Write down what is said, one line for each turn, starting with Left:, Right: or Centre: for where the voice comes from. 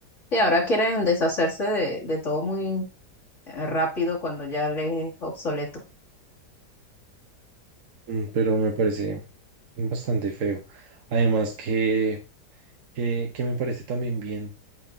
Left: Y ahora quieren deshacerse de, de todo muy eh, rápido cuando ya les es obsoleto.
Right: mm, pero me parece bastante feo. Además que, que, que me parece también bien